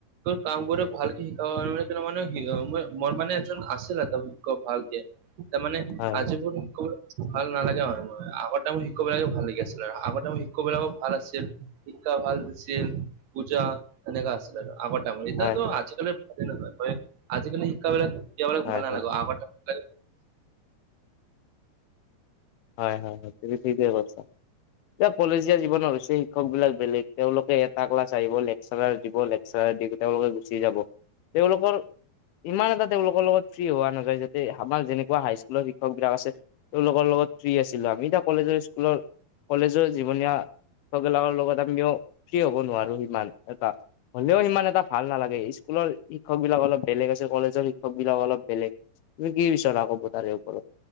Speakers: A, on the right; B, on the left.
A: কাম বোৰ ভালকে শিকাব মানে। মোৰো মানে এজন আছিল আৰু ত ভালকে। ত মানে
B: হয়
A: আজি মোৰ ক ভাল নালাগে মান মোৰ। আগৰ তাইমৰ শিক্ষক বিলাকে ভাল লাগি আছিলে আৰু আগৰ তাইমৰ শিক্ষক বিলাকক ভাল আছিল, শিক্ষা ভাল দিছিল। পূজা এনেকা আছিল আৰু। আগৰ তাইমৰ, এতিয়াতো
B: হয়
A: আজিকালিৰ ভাল নহয়। আজিকালিৰ শিক্ষাবিলাকো এতিয়া বিলাক
B: হয়
A: ভাল নালাগে
B: হয়
A: আৰু।
B: হয় হয়। তুমি ঠিকেই কৈছাঁ। এইয়া কলেজিয়া জীৱনৰ হৈছে শিক্ষক বিলাক বেলেগ। তেওঁলোকে এটা ক্লাছ আহিব ল, চাৰাৰ দিব লেকচাৰ দি গোটে তেওঁলোকে গুচি যাব। তেওঁলোকৰ ইমান এটা তেওঁলোকৰ লগত ফ্ৰী হোৱা নাযায়। যাতে আমাৰ যেনেকুৱা হাইস্কুলৰ শিক্ষকবিলাক আছে তেওঁলোকৰ লগত ফ্ৰী আছিলোঁ আমি। এতিয়া কলেজৰ স্কুলৰ কলেজৰ জীৱনীয়া চববিলাকৰ লগত আমিও ফ্ৰী হ'ব নোৱাৰো সিমান এটা। হ'লেও সিমান এটা ভাল নালাগে। স্কুলৰ শিক্ষকবিলাক অলপ বেলেগ আছে। কলেজৰ শিক্ষক বিলাক অলপ বেলেগ। তুমি কি বিচৰা ক'ব তাৰে ওপৰত?